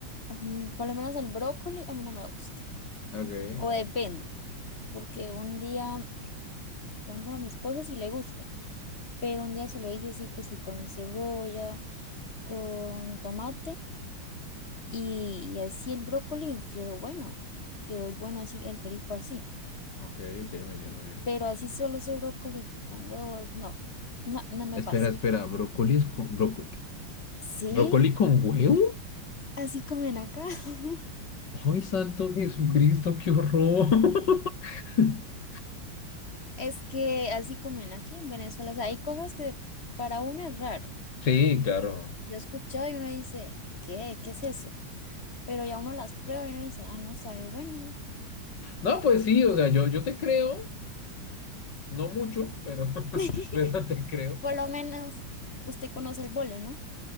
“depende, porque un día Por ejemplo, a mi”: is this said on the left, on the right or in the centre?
Left